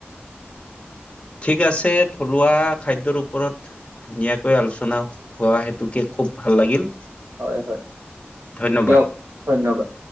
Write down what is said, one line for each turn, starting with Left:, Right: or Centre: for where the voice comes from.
Left: ঠিক আছে থলুৱা খাদ্যৰ ওপৰত ধুনীয়াকৈ আলোচনা হোৱা হেতুকে- খুব ভাল লাগিল-
Right: হয় হয়
Left: ধন্যবাদ।
Right: দিয়ক ধন্যবাদ।